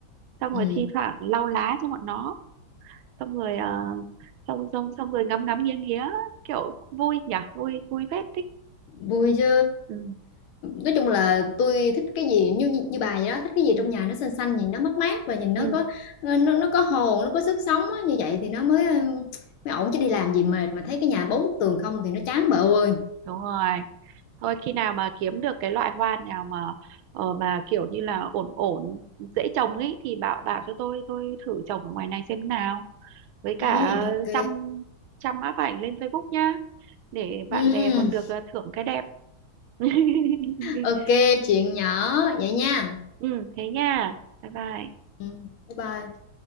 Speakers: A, on the right (about 80°); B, on the left (about 85°).
A: xong
B: Ừ.
A: rồi thi thoảng lau lá cho bọn nó xong rồi ờ, xong xong xong rồi ngắm ngắm nghiêng nghía kiểu vui nhỉ vui vui phết thích
B: vui chứ
A: ừ,
B: nói chung là tôi thích cái gì như như bà vậy đó thích cái gì
A: ừ,
B: trong nhà nó xanh xanh nhìn nó mát mát và nhìn
A: ừ,
B: nó có ờ, nó, nó có hồn nó có sức sống á. như vậy thì nó mới ừ, mới ổn chứ đi làm gì mệt mà thấy cái nhà bốn bức tường không thì nó chán bà ơi
A: đúng rồi thôi khi nào mà kiếm được cái loại hoa nào mà ờ, mà kiểu như là ổn ổn dễ trồng ấy thì bảo bảo cho tôi tôi thử trồng ở ngoài này xem nào với
B: ừ,
A: cả
B: ok
A: chăm chăm áp ảnh lên Facebook nhá để bạn
B: ừ,
A: bè còn được ờ, thưởng cái đẹp <laughs>
B: ok chuyện nhỏ vậy nha
A: ừ thế nha bye bye
B: ừ, bye bye